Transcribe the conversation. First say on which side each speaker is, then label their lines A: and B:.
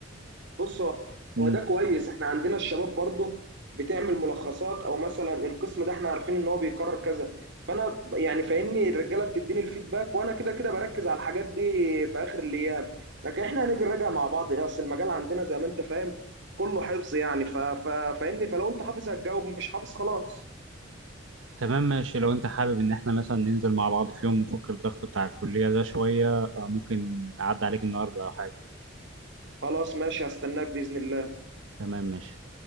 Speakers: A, on the right; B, on the right.
A: بص هو
B: آم،
A: هو ده كويس احنا عندنا الشباب برضو بتعمل ملخصات او مثلا القسم ده احنا عارفين ان هو بيكرر كذا فانا ب- يعني فاهمني الرجاله بتديني الفيدباك وانا كده كده بركز على الحاجات دي في اخر الايام لكن احنا هنيجي نراجع مع بعض ايه اصل المجال عندنا زي ما انت فاهم كله حفظ يعني ف... ف... فاهمني فلو انت حافظ هتجاوب مش حافظ خلاص
B: تمام ماشي لو انت حابب ان احنا مثلا ننزل مع بعض في يوم نفك الضغط بتاع الكلية ده شوية آه، ممكن اعدي عليك النهاردة او حاجة
A: خلاص ماشي هستناك بإذن الله
B: تمام ماشي